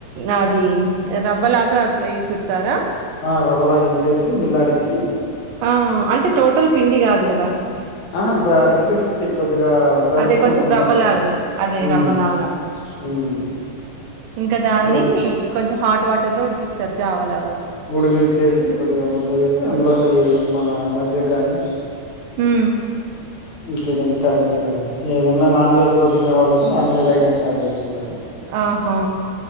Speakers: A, on the right; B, on the left.
A: అది ర అవలాగా ఇసతారా
B: హా రవలా సి మిల్లాడిచి
A: ఆ అంటే టోటల్ పిండి కాదు కదా
B: ఆ బ ఫీటీ ఫిఫ్టీ కొ కొద్దిగా గరుకు
A: అదే
B: కొంచెం
A: రవ్వలాగానే
B: మెత్తగా వచ్చా
A: అదే
B: మ్
A: రవ్వలాగా
B: మ్
A: ఇంకా దాన్ని
B: అట్లా,
A: కొంచెం హాట్ వాటర్ లో ఉడికిస్తారు జావలాగా
B: ఉడికి ఇచ్చేసి కొద్దిగా ముద్ద చేసి అందులోకి మన మధ్య గానీ
A: ఉ
B: నాక ఏదైనా కర్రీస్ కానీ ఏదైనా నాన్ వెజ్ లో తినే వాళ్ళయితే నాన్ వెజ్ ఐటమ్స్ యాడ్ చేసుకుంటారు.
A: ఆహా